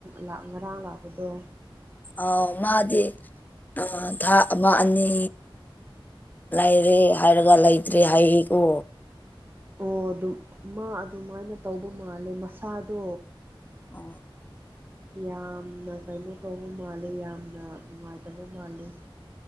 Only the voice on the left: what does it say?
ꯑꯥꯎ ꯃꯥꯗꯤ ꯑ ꯊꯥ ꯑꯃ ꯑꯅꯤ ꯂꯩꯔꯦ ꯍꯥꯏꯔꯒ ꯂꯩꯇ꯭ꯔꯦ ꯍꯥꯏꯌꯦꯀꯣ
ꯑ